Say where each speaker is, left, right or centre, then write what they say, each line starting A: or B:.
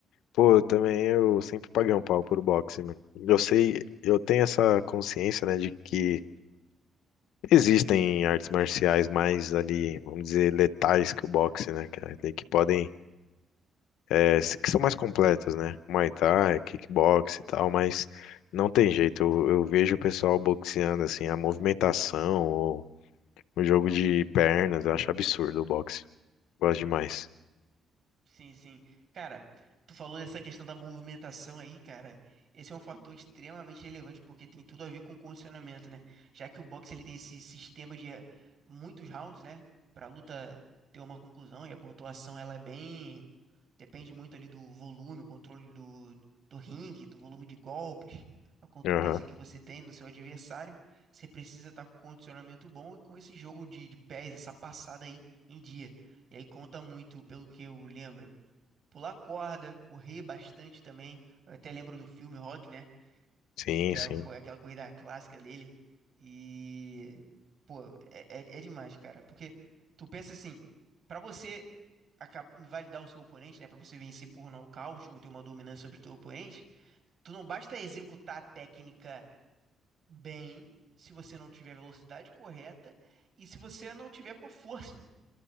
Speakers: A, on the left (about 80°); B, on the right (about 55°).
A: Pô, eu também eu sempre paguei um pau por boxe, mano. Eu sei, eu tenho essa consciência, né, de que existem artes marciais mais ali, vamos dizer, letais que o boxe, né, cara? Ali Que podem, é, s- que são mais completas, né? Muay Thai, kickbox e tal, mas não tem jeito. Eu, eu vejo o pessoal boxeando, assim, a movimentação, O jogo de pernas, eu acho absurdo o boxe. Gosto demais.
B: Sim, sim. Cara, tu falou dessa questão da movimentação aí, cara. Esse é um fator extremamente relevante porque tem tudo a ver com condicionamento, né? Já que o boxe ele tem esse sistema de eh, muitos rounds, né? Pra luta ter uma conclusão e a pontuação ela é bem Depende muito ali do volume, o controle do, do ringue, do volume de golpes, a contundência
A: Aham.
B: que você tem no seu adversário. Você precisa estar com condicionamento bom e com esse jogo de, de pés, essa passada aí em dia. E aí conta muito, pelo que eu lembro, pular corda, correr bastante também. Eu até lembro do filme Rock, né? E
A: Sim,
B: que é
A: sim,
B: a co- é aquela corrida clássica dele. E, pô, é, é é demais, cara. Porque tu pensa assim, pra você acab- invalidar o seu oponente, né, para você vencer por nocaute ou ter uma dominância sobre o teu oponente, tu não basta executar a técnica bem se você não tiver a velocidade correta e se você não tiver com a força.